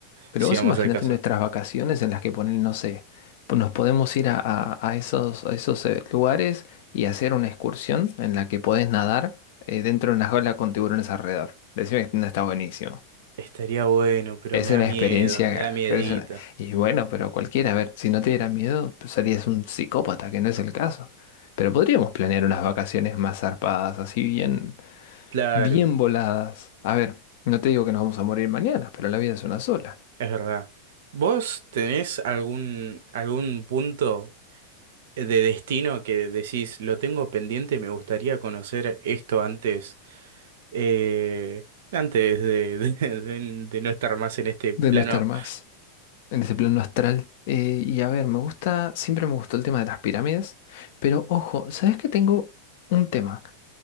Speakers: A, on the left; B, on the right.
A: Pero
B: si
A: vos
B: vamos
A: imaginate
B: al caso.
A: nuestras vacaciones en las que ponen, no sé, po- nos podemos ir a, a- a esos, a esos eh, lugares y hacer una excursión en la que podés nadar eh, dentro de una jaula con tiburones alrededor. Decime que no está buenísimo.
B: Estaría bueno, pero
A: Es
B: me
A: una
B: da miedo,
A: experiencia.
B: me da miedito.
A: es una- Y bueno, pero cualquiera, a ver, si no te diera miedo, pues serías un psicópata, que no es el caso. Pero podríamos planear unas vacaciones más zarpadas, así bien,
B: Claro,
A: bien voladas. A ver, no te digo que nos vamos a morir mañana, pero la vida es una sola.
B: es verdad. ¿Vos tenés algún, algún punto de destino que decís, lo tengo pendiente, me gustaría conocer esto antes? eh, antes de, <laughs> de, de- de no estar más en este plano.
A: De no estar más en ese plano astral. Eh, y a ver, me gusta, siempre me gustó el tema de las pirámides, pero ojo, ¿sabes que tengo un tema?